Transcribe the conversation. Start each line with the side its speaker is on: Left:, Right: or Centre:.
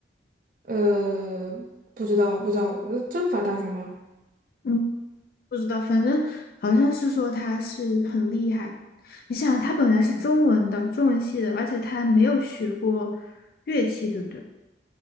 Right: 呃，不知道不知道，呃，政法大学吗？
Left: 嗯，不知道，反正好像是说他是很厉害。你想，他本来是中文的，中文系的，而且他没有学过乐器，对不对？